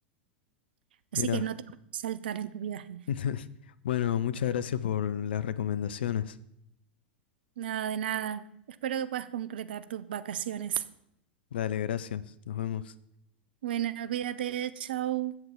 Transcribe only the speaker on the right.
Así que no te puedes saltar en tu viaje.
Nada de nada. Espero que puedas concretar tus vacaciones.
Bueno, cuídate, chao.